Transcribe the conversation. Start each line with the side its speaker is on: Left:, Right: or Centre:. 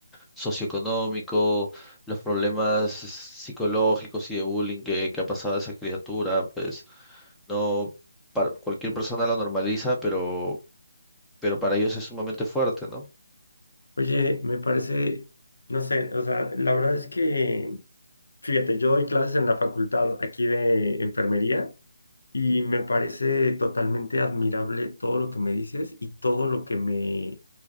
Centre: socioeconómico, los problemas psicológicos y de bullying que, que ha pasado a esa criatura, pues no, para, cualquier persona lo normaliza, pero pero para ellos es sumamente fuerte, ¿no?
Left: Oye, me parece, no sé, o sea, la verdad es que, fíjate, yo doy clases en la facultad aquí de enfermería y me parece totalmente admirable todo lo que me dices y todo lo que me